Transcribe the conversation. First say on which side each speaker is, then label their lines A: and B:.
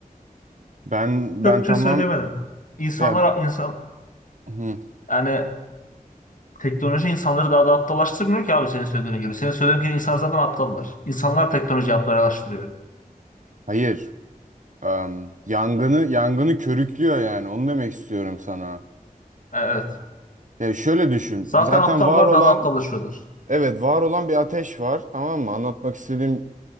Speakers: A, on the right; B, on the left.
A: Ben
B: Çok
A: ben
B: bir
A: tamam
B: şey söylemedim. İnsanlar
A: ya
B: insan
A: hı,
B: yani teknoloji insanları daha da aptallaştırmıyor ki abi senin söylediğine göre. Senin söylediğin gibi insanlar zaten aptallar. İnsanlar teknoloji aptallaştırıyor.
A: hayır. Em, yangını yangını körüklüyor yani. Onu demek istiyorum sana.
B: Evet.
A: Ya şöyle düşün.
B: Zaten
A: Zaten
B: aptallar
A: var olan,
B: daha da aptallaşıyorlar.
A: evet var olan bir ateş var. Tamam mı? Anlatmak istediğim